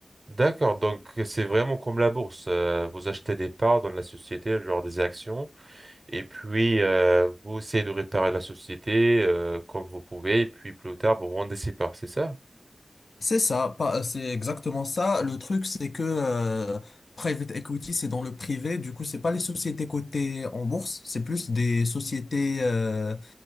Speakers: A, on the right; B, on the left.
A: D'accord. Donc, c'est vraiment comme la bourse. Euh, vous achetez des parts dans la société, genre des actions, et puis euh, vous essayez de réparer la société euh, comme vous pouvez, et puis plus tard, vous vendez ces parts, c'est ça?
B: C'est ça, pas, c'est exactement ça. Le truc, c'est que euh, private equity, c'est dans le privé. Du coup, c'est pas les sociétés cotées en bourse, c'est plus
A: Mm.
B: des sociétés euh,